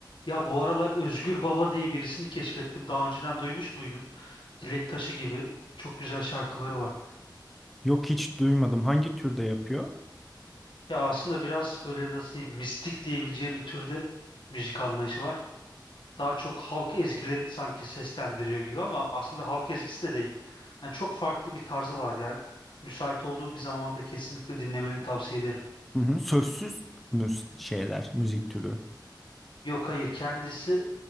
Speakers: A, on the left; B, in the centre.
A: Ya bu aralar Özgür Baba diye birisini keşfettim. Daha önceden duymuş muydun? Dilek Taşı gibi çok güzel şarkıları var.
B: Yok hiç duymadım. Hangi türde yapıyor?
A: Ya aslında biraz böyle nasıl diyeyim mistik diyebileceğim bir türde müzik anlayışı var. Daha çok halk ezgilerini sanki seslendiriyor gibi ama aslında halk ezgisi de değil. Yani çok farklı bir tarzı var ya. Müsait olduğun bir zamanda kesinlikle dinlemeni tavsiye ederim.
B: Hı hı. Sözsüz mü şeyler, müzik türü?
A: Yok hayır kendisi